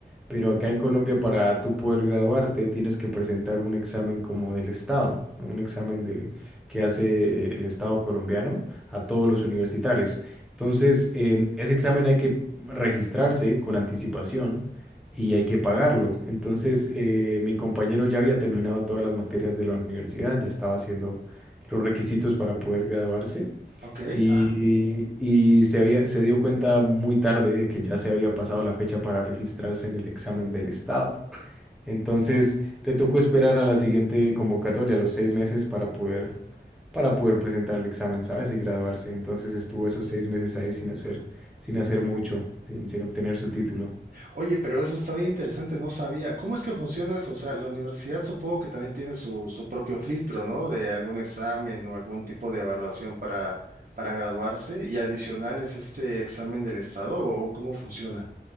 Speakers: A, in the centre; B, on the right.
A: pero acá en Colombia para tú poder graduarte tienes que presentar un examen como del Estado, un examen de que hace el Estado colombiano a todos los universitarios. Entonces, em, ese examen hay que registrarse con anticipación y hay que pagarlo. Entonces, eh, mi compañero ya había terminado todas las materias de la universidad, ya estaba haciendo los requisitos para poder graduarse
B: Ok,
A: y,
B: ajá.
A: y se había, se dio cuenta muy tarde de que ya se había pasado la fecha para registrarse en el examen del estado. Entonces le tocó esperar a la siguiente convocatoria, los seis meses, para poder, para poder presentar el examen, ¿sabes? Y graduarse. Entonces estuvo esos seis meses ahí sin hacer, sin hacer mucho, sin, sin obtener su título.
B: Oye, pero eso está bien interesante, no sabía. ¿Cómo es que funciona eso? O sea, la universidad supongo que también tiene su, su propio filtro, ¿no? De algún examen o algún tipo de evaluación para, para graduarse y adicional es este examen del estado o cómo funciona.